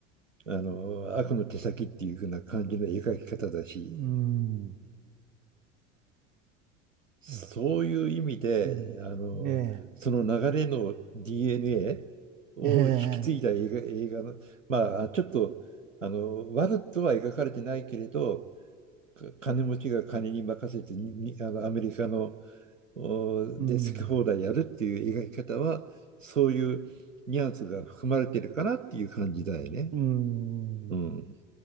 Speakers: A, on the right; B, on the right.
A: あの悪の手先っていう風な感じの描き方だし、
B: うん。
A: そういう意味で、
B: うん。う
A: あのその流れの
B: んえ
A: DNA を引き継いだ映画、
B: え。ええ。
A: 映画の、まあ、ちょっとあの悪とは描かれてないけれど、金持ちが金に任せてにあのアメリカのおで好き放題やるっていう描き方はそういうニュアンスが含まれてるかなっていう感じだよね。
B: うん。うん。
A: うん、